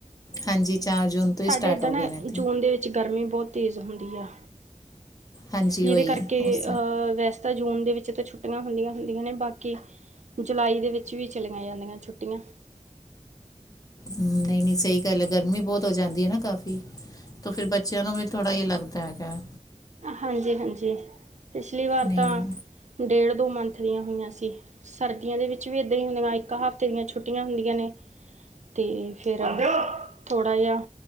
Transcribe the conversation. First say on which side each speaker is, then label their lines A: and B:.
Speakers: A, on the left; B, on the right.
A: ਹਾਂਜੀ, ਚਾਰ ਜੂਨ। ਤੋਂ ਹੀ
B: ਸਾਡੇ
A: ਸਟਾਰਟ
B: ਏਧਰ
A: ਹੋ
B: ਨਾਂ,
A: ਗਏ ਨੇ ਇੱਥੇ
B: ਜੂਨ ਦੇ ਵਿੱਚ ਗਰਮੀ ਬਹੋਤ ਤੇਜ਼ ਹੁੰਦੀ ਆ।
A: ਹਾਂਜੀ
B: ਜਿਹਦੇ
A: ਹੋਈ
B: ਕਰਕੇ,
A: ਉਸ
B: ਅਹ ਵੈਸੇ ਤਾਂ ਜੂਨ ਦੇ ਵਿੱਚ ਤੇ ਛੁੱਟੀਆਂ ਹੁੰਦੀਆਂ-ਹੁੰਦੀਆਂ ਨੇਂ ਬਾਕੀ ਜੁਲਾਈ ਦੇ ਵਿੱਚ ਵੀ ਚਲੀਆਂ ਜਾਂਦੀਆਂ ਛੁੱਟੀਆਂ।
A: ਹੂੰ, ਨਈਂ-ਨਈਂ ਸਹੀ ਗੱਲ ਐ, ਗਰਮੀ ਬਹੁਤ ਹੋ ਜਾਂਦੀ ਐ ਨਾਂ ਕਾਫ਼ੀ। ਤੋ ਫੇਰ ਬੱਚੇਆਂ ਨੂੰ ਵੀ ਥੋੜਾ ਏ ਲੱਗਦਾ ਹੈਗਾ।
B: ਹਾਂਜੀ-ਹਾਂਜੀ, ਪਿਛਲੀ ਵਾਰ
A: ਨਹੀਂ
B: ਤਾਂ,
A: ਨਹੀਂ
B: ਡੇਢ-ਦੋ ਮੰਥ ਦੀਆਂ ਹੋਈਆਂ ਸੀ। ਸਰਦੀਆਂ ਦੇ ਵਿੱਚ ਵੀ ਏਦਾਂ ਈ ਹੁੰਦੀਆਂ, ਇੱਕ ਹਫ਼ਤੇ ਦੀਆਂ ਛੁੱਟੀਆਂ ਹੁੰਦੀਆਂ ਨੇ। ਤੇ ਫ਼ੇਰ ਥੋੜਾ ਜਾ